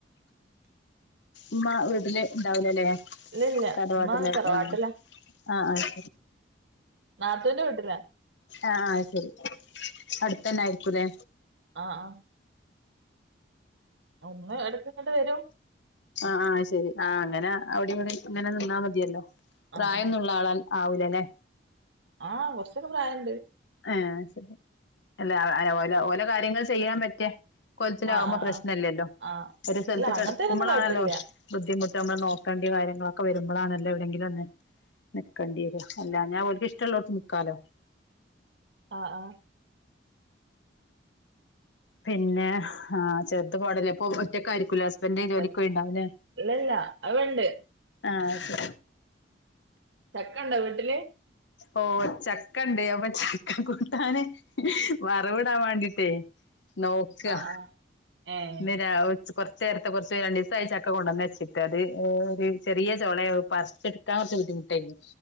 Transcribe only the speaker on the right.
ഇല്ലല്ല
ഉമ്മ തറവാട്ടിലാ
നാത്തൂന്റെ വീട്ടിലാ
ആഹ് ആഹ് ഒന്ന് എടക്ങ്ങട്ട് വരും.
ആഹ് ആഹ്
ആഹ് കുറച്ചൊക്കെ പ്രായണ്ട്.
ആഹ് ആഹ്
ആഹ് ആഹ്
ഇല്ല
അങ്ങനത്തേനൊന്നും കൊഴപ്പല്ല
ആഹ് ആഹ്
ആഹ് ഇല്ലല്ല അത്ണ്ട്
ചക്കണ്ടോ വീട്ടില്?
ആഹ് ആഹ് ഏഹ്